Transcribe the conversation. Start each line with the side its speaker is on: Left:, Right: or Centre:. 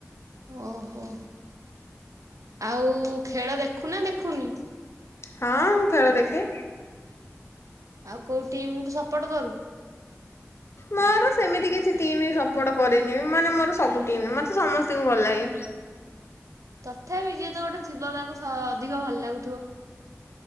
Right: ଓହୋ ଆଉ ଖେଳ ଦେଖୁନା ଦେଖୁନି।
Left: ହଁ ମୁଁ ଖେଳ ଦେଖେ।
Right: ଆଉ କୋଉ ଟିମ କୁ ସପୋର୍ଟ କରୁ?
Left: ମୋର ସେମିତି କିଛି ଟିମି ସପୋର୍ଟ କରେନି ମାନେ ମୋର ସବୁ ଟିମ୍ ମତେ ସମସ୍ତଙ୍କୁ ଭଲ ଲାଗେ।
Right: ତଥାପି ଯିଏ ତ ଗୋଟେ ଥିବ ତାକୁ ଅଧିକ ଭଲ ଲାଗୁଥିବ।